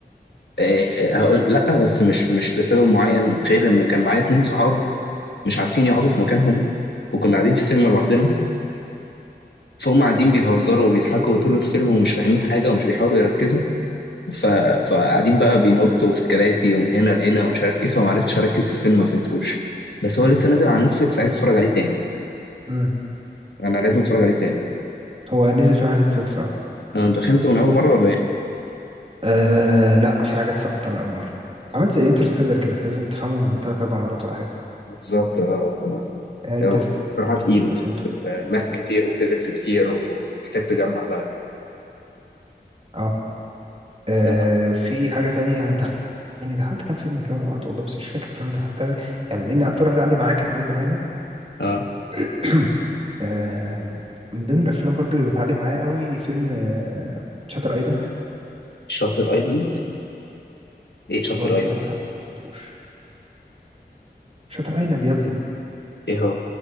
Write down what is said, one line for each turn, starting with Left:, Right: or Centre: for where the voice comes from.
Left: آه هقول لا بس مش مش لسبب معين غير ان كان معايا اتنين صحاب مش عارفين يقعدوا في مكانهم وكنا قاعدين في السينما لوحدنا فهم قاعدين بيهزروا وبيضحكوا طول الفيلم ومش فاهمين حاجه ومش بيحاولوا يركزوا ف... فقاعدين بقى بينطوا في الكراسي ومن هنا لهنا ومش عارف ايه فمعرفتش اركز في الفيلم ما فهمتهوش بس هو
Right: امم
Left: لسه نازل على نتفليكس عايز اتفرج عليه تاني
Right: امم
Left: انا لازم اتفرج عليه تاني
Right: هو نزل فعلا نتفليكس اه
Left: آه، انت فهمته من اول مره ولا ايه
Right: آه، لا في حاجات سقطت من اول مره عملت زي انترستيلر كده لازم تفهمه من ثلاث اربع مرات ولا حاجه
Left: بالظبط آه،
Right: انترستيلر
Left: آه، بصراحه تقيل
Right: ما فهمته
Left: ماث
Right: مم.
Left: كتير وفيزيكس كتير ومحتاج تجمع بقى
Right: اه آه،
Left: اه
Right: في حاجه تانية دخ... يعني دخلت كام فيلم كده ورا بعض والله بس مش فاكر الفيلم اللي دخلتها يعني لان اكتر واحد علق معايا كان اوبنهايمر
Left: اه
Right: <clears throat> آه، من ضمن الافلام برضو اللي بتعلم معايا قوي فيلم شاتر ايلاند
Left: شاطر ايلاند ايه شاطر
Right: اوعى تقولي
Left: ايلاند
Right: ما تعرفوش شاتر ايلاند يا ابني
Left: ايه هو